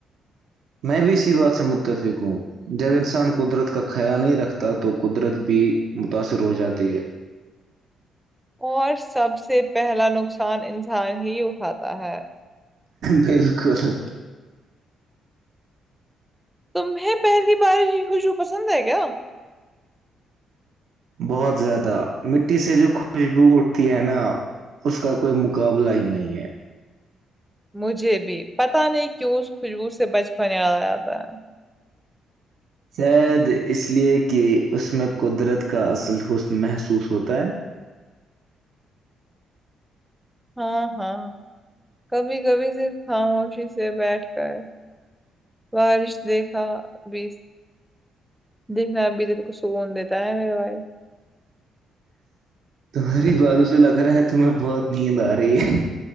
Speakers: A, on the right (about 70°); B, in the centre.
A: میں بھی اسی بات سے متفق ہوں جب انسان قدرت کا خیال نہیں رکھتا تو قدرت بھی متاثر ہو جاتی ہے
B: اور سب سے پہلا نقصان انسان ہی اٹھاتا ہے
A: بالکل <unintelligible>
B: تمہیں پہلی بار ہیی خوشو پسند ہے کیا
A: بہت زیادہ مٹی سے جو خوشبو اٹھتی ہے نا اس کا کوئی مقابلہ ہی نہیں ہے
B: مجھے بھی پتا نہیں کیوں اس خوشبو سے بچپن یاد آتا ہے
A: شاید اس لیے کہ اس میں قدرت کا اصل حسن محسوس ہوتا ہے
B: ہاں ہاں کبھی کبھی صرف خاموشی سے بیٹھ کر بارش دیکھا بی دیکھنا اب تو تو کچھ سکون دیتا ہے میرے بھائی
A: تمہاری بات اسے لگ رہا ہے تمہیں بہت نیند آ رہی ہے